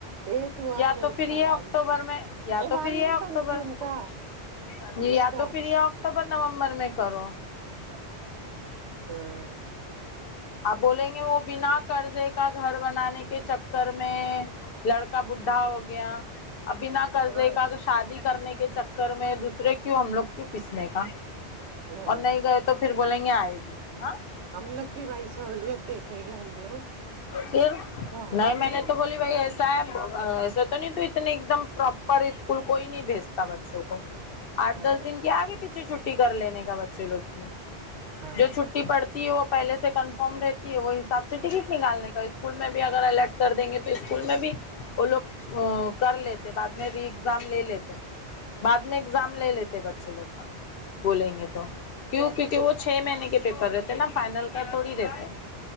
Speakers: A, on the right; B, on the left.
A: یہ اور
B: یا
A: لیٹ
B: تو پھر
A: کر
B: یہ
A: آ
B: اکتوبر
A: رہی ہے
B: میں یا تو
A: بال
B: پھر یہ
A: نہیں
B: اکتوبر
A: بنتی ان
B: <unintelligible>
A: کا
B: جی
A: اس
B: یا
A: کا
B: تو پھر آ تو پر نومبر میں کرو
A: ہوں <unintelligible>
B: آپ بولیں گے وہ بنا قرضے کا گھر بنانے کے چکر میں لڑکا بڈھا ہو گیا ابھی نہ قرضے
A: ہاں
B: کا کہ شادی کرنے کے چکر میں دوسرے کیوں ہم لوگ کیوں پیسنے کا
A: ہاں
B: اور نہیں گئے تو پھر بولیں گے آئے بھی نہیں ہاں
A: ہمملک وائی سہولیا دے ج گ ہے ہم لوگ
B: پھر
A: تو
B: نہیں
A: آئے گے
B: میں نے
A: بولے
B: تو بولی بھائی ایسے ساب ایسا تو نہیں تو اتنے ایک دم پراپر اسکول کوئی نہیں بھیجتا بچوں کو آٹھ
A: ہاں
B: دس دن کے آگے پیچھے چھٹی کر لینے کا بچے لوگ کی
A: کون
B: جو چھٹی پڑتی ہے وہ پہلے سے کنفرم رہتی ہے وہ حساب سے سٹی کٹ نکالنے کا اسکول میں بھی اگر الرٹ کر دیں گے تو اسکول میں بھی وہ لوگ ا کر لیتے بعد میں ری ایگزام لے لیتے بعد میں ایگزام لے لیتے بچے لوگ کا بولیں گے تو کیوں کیکہ وہ چھ مہینے کے پیپر رہتے ہیں نا فائنل کر تھوڑی رہتے ہیں